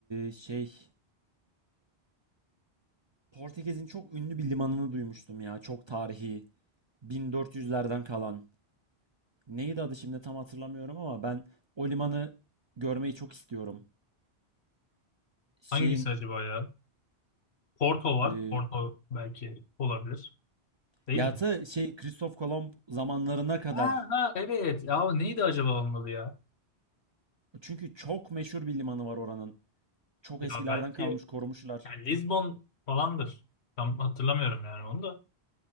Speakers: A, on the right (about 30°); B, on the left (about 70°).
A: şey Portekiz'in çok ünlü bir limanını duymuştum ya. Çok tarihi. 1400'lerden kalan. Neydi adı şimdi tam hatırlamıyorum ama ben o limanı görmeyi çok istiyorum. Şeyin
B: Hangisi acaba ya? Porto var.
A: e,
B: Porto belki olabilir. Değil
A: ya
B: mi?
A: ta şey Kristof Kolomb zamanlarına kadar.
B: Ha, ha evet. Ya neydi acaba onun adı ya?
A: Çünkü çok meşhur bir limanı var oranın. Çok
B: Ya
A: eskilerden
B: belki
A: kalmış korumuşlar.
B: Yani Lisbon falandır. Tam hatırlamıyorum yani onu da.